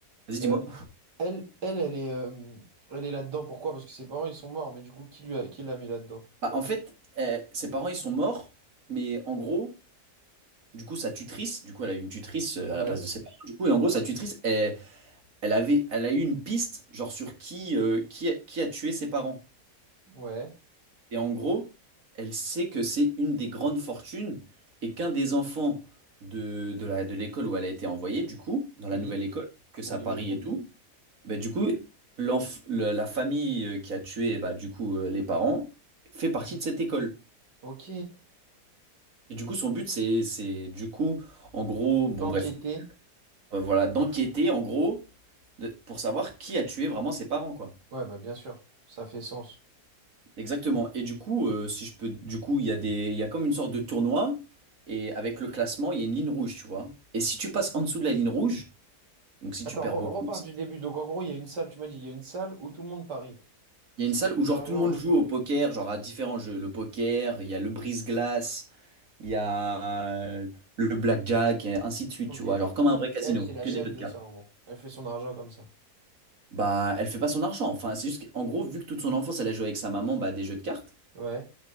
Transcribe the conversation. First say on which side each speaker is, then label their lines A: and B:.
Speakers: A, on the right; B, on the right.
A: vas-y, dis-moi.
B: Euh, elle, elle, elle est, euh, elle est là-dedans. Pourquoi? Parce que ses parents, ils sont morts. Mais du coup, qui lui a, qui l'a mis là-dedans?
A: Bah, en fait, euh, ses parents, ils sont morts, mais en gros, du coup, sa tutrice, du coup, elle a eu une tutrice euh,
B: Ouais.
A: à la place de ses parents, du coup, et en gros, sa tutrice, elle, elle avait, elle a eu une piste, genre, sur qui, euh, qui, a, qui a tué ses parents.
B: Ouais.
A: Et en gros, elle sait que c'est une des grandes fortunes et qu'un des enfants de, de la, de l'école où elle a été envoyée, du coup, dans
B: Oui.
A: la nouvelle école, que ça
B: Oui,
A: à Paris
B: oui, oui.
A: et tout, bah, du coup, l'enf- le- la famille euh, qui a tué, bah, du coup, euh, les parents, fait partie
B: Mhm.
A: de cette école.
B: Ok.
A: Et du coup, son but, c'est, c'est, du coup, en gros, bon,
B: T'enquêter.
A: bref, euh, voilà, d'enquêter, en gros, de- pour savoir qui a tué vraiment ses parents, quoi.
B: Ouais, bah bien sûr. Ça fait sens.
A: Exactement. Et du coup, euh, si je peux, du coup, il y a des, il y a comme une sorte de tournoi, et avec le classement, il y a une ligne rouge, tu vois. Et si tu passes en dessous de la ligne rouge, donc si tu
B: Attends,
A: perds
B: re-
A: beaucoup,
B: repars du début. Donc en gros, il y a une salle. Tu m'as dit, il y a une salle où tout le monde parie.
A: il
B: C'est
A: y a une salle
B: des jeux
A: où genre
B: d'argent.
A: tout le monde
B: euh.
A: joue au poker, genre à différents jeux. Le poker, il y a le brise-glace, il y a euh, le blackjack, et ainsi de suite,
B: Ok.
A: tu vois.
B: Et
A: Genre comme un vrai casino,
B: elle, c'est la
A: que
B: chef
A: des jeux
B: de
A: de cartes.
B: ça, en gros. Elle fait son argent comme ça.
A: Bah, elle fait pas son argent. Enfin, c'est juste qu'en gros, vu que toute son enfance, elle a joué avec sa maman bah, à des jeux de cartes,
B: Ouais.